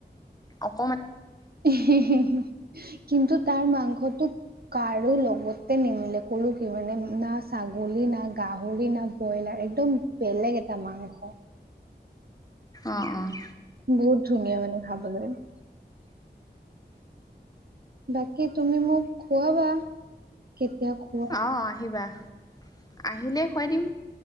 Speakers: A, on the left; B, on the right.
A: অক
B: হ, হ, হ <unintelligible> কিন্তু তাৰ মাংসটো কাৰো লগতে নিমিলে কলো কি মানে না ছাগলী না গাহৰি না ব্ৰইলাৰ একদম বেলেগ এটা মাংস
A: অ', অ',।
B: বহুত ধুনীয়া মানে খাবলৈ বাকী তুমি মোক খুৱাবা কেতিয়া খোৱা
A: অ', আহিবা আহিলে খুৱাই দিম